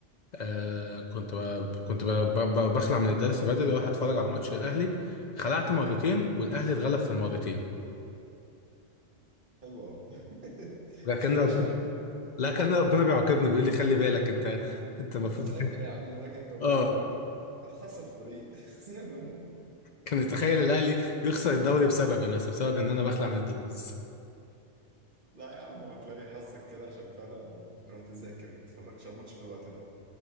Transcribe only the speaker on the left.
آه، كنت ب... كنت ب... ب... ب- بخلع من الدرس بدري واروح اتفرج على ماتش الاهلي خلعت مرتين والاهلي اتغلب في المرتين
لكن
ربنا
لكن ربنا بيعاقبني بيقول لي خلي بالك انت انت المفروض
كده.
اه
كان يتخيل الاهلي يخسر الدوري بسببي مثلا بسبب ان انا بخلع من الدروس